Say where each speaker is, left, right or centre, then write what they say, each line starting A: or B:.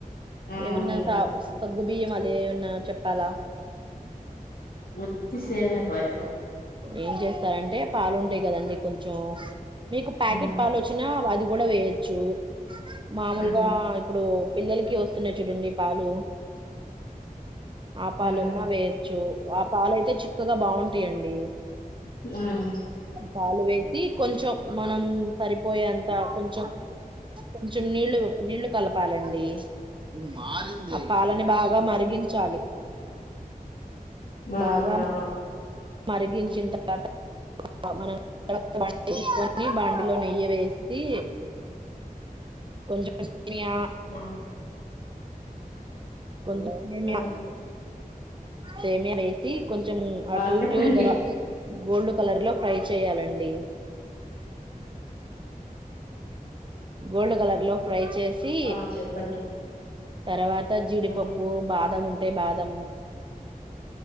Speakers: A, on the left (about 80°); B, on the right (about 35°).
A: అవునండి
B: ఏమన్న స సగు బియ్యమా లేవు అన్న చెప్పాలా
A: వచ్చి సమియా పాయసం
B: ఏం చేస్తారంటే పాలుంటాయి కదండి కొంచెం మీకు ప్యాకెట్
A: మ్మ్
B: పాలు వచ్చినా అది కూడా వేయచ్చు మామూలుగా
A: మ్మ్
B: ఇప్పుడు పిల్లలకి వస్తున్నాయి చూడండి పాలు ఆపలున్నా
A: మ్మ్
B: వేయచ్చు ఆ పాలు అయితే చిక్కగా బాగుంటాయంండి
A: మ్మ్
B: పాలు వేసి కొంచెం మనం సరిపోయే అంత కొంచెం కొంచెం నీళ్ళ నీళ్లు కలపాలండి ను మారి ఆ పాలని బాగా మరిగించాలి
A: మా
B: బాగా
A: అవునా
B: మరిగించిన తర్వాత మనం <unintelligible> బాండీ లో నెయ్యి వేసి కొంచం సేమియా
A: మ్మ్
B: కొంచం సేమియా
A: మ్మ్
B: సేమీయా వేసి కొంచెం
A: ఆ
B: టూ
A: చెప్పండి
B: ఇటు ఉ దర గోల్డ్ కలర్ లో ప్రై చేయాలండి గోల్డ్ కలర్ లో ఫ్రై చేసి
A: ఆ చెప్పండి
B: తర్వాత జీడిపప్పు
A: మ్మ్
B: బాదం ఉంటు బాదం